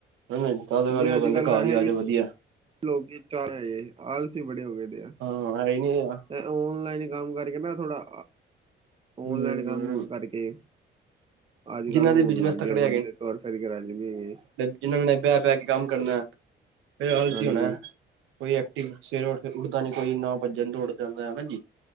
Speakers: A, on the right (about 80°); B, on the right (about 30°).
A: ਹਨਾ, ਤਦ
B: ਨਹੀਂ
A: ਕਰਕੇ ਉਹ
B: ਅੱਜ
A: ਕਹਿੰਦੇ
B: ਕੱਲ੍ਹ
A: ਘਰ
B: ਵੈਸੇ
A: ਹੀ ਆ,
B: ਵੀ
A: ਜਾ ਵਧੀਆ।
B: ਲੋਕੀ ਵਿਚਾਰੇ, ਆਲਸੀ ਬੜੇ ਹੋ ਗਏ ਦੇ ਆ,
A: ਹਾਂ ਅ <unintelligible>
B: ਤੇ ਓਨਲਾਈਨ ਕੰਮ ਕਰਕੇ ਨਾ ਥੋੜਾ,
A: ਹੂੰ
B: ਓਨਲਾਈਨ ਕੰਮ ਕਰਕੇ ਅੱਜ
A: ਜਿਹਨਾਂ
B: -ਕੱਲ ਉਹ
A: ਦੇ
B: ਹੋਣ
A: ਬਿਜਨਸ
B: ਲੱਗ ਗਿਆ,
A: ਤਕੜੇ
B: ਬੰਦੇ ਤੁਰ ਫਿਰ ਕੇ ਰਾਜੀ ਨਹੀਂ ਹੈਗੇ,
A: ਜਿਂਨਾ ਨੇ ਬੈ- ਬੈ ਕੇ ਕੰਮ ਕਰਨਾ ਫਿਰ ਆਲਸੀ
B: ਹਾਂਜੀ
A: ਹੋਣਾ, ਕੋਈ ਐਕਟਿਵ ਸਵੇਰੇ ਉੱਠਕੇ, ਉੱਠਦਾ ਨੀ ਕੋਈ ਨੋ ਵੱਜਣ ਤੇ ਉੱਠ ਜਾਂਦਾ, ਹਾਂਜੀ